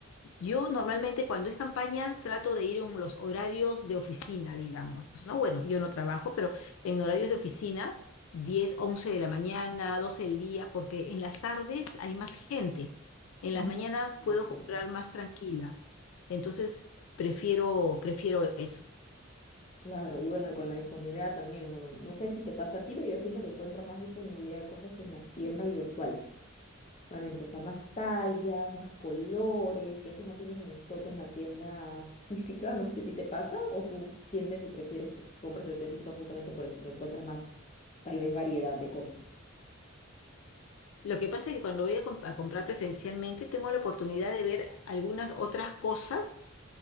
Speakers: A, on the left (about 75°); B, on the left (about 35°).
A: Yo normalmente cuando es campaña trato de ir en los horarios de oficina, digamos, ¿no? Bueno, yo no trabajo, pero en horarios de oficina, 10, 11 de la mañana, 12 del día, porque en las tardes hay más gente. En
B: Mm,
A: las mañanas puedo
B: Es cierto.
A: comprar más tranquila. Entonces, prefiero, prefiero eso.
B: Claro, y bueno, y con la disponibilidad también, bueno, no sé si te pasa a ti, pero yo siento que encuentro más disponibilidad de cosas en la tienda virtual, realmente, o sea, más tallas, más colores, que a veces no tienen en stock en la tienda física, no sé si a ti te pasa o tú sientes y prefieres que compres en la tienda física justamente por eso, porque encuentras más, tal vez, variedad de cosas.
A: Lo que pasa es que cuando voy a, comp- a comprar presencialmente, tengo la oportunidad de ver algunas otras cosas